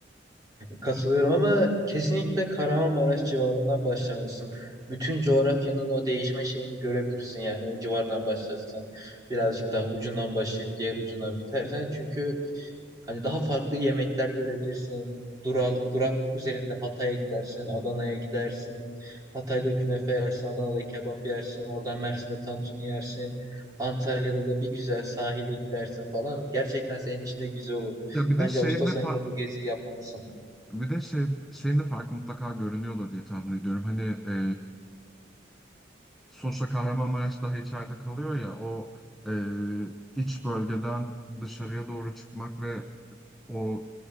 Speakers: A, on the right; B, in the centre.
A: Katılıyorum ama kesinlikle Kahramanmaraş civarından başlamalısın. Bütün coğrafyanın o değişme şeyini görebilirsin yani o civardan başlarsan birazcık daha ucundan başlayıp diğer ucundan bitersen çünkü hani daha farklı yemekler görebilirsin. Dural, durak üzerinde Hatay'a gidersin, Adana'ya gidersin. Hatay'da künefe yersin, Adana'da kebap yersin, oradan Mersin'de tantuni yersin. Antalya'da da bir güzel sahile gidersin falan. Gerçekten senin için de güzel olur.
B: Ya bir
A: Bence
B: de şeyin
A: Ağustos
B: de fa-
A: ayında bu geziyi yapmalısın.
B: Bir de şey, senin de fark mutlaka görünüyordur diye tahmin ediyorum. Hani e, sonuçta Kahramanmaraş daha içeride kalıyor ya o e, iç bölgeden dışarıya doğru çıkmak ve o